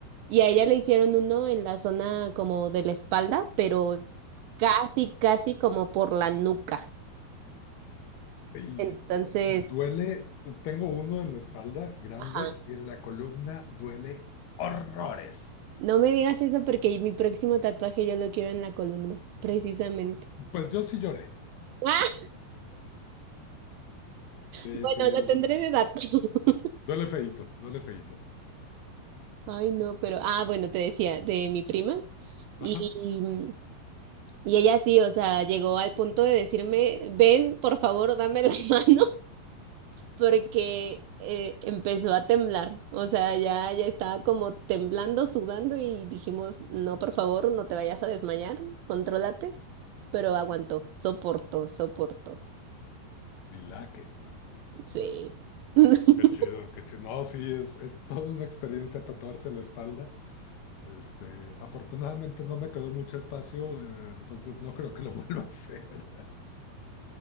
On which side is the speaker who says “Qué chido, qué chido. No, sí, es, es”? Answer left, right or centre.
Left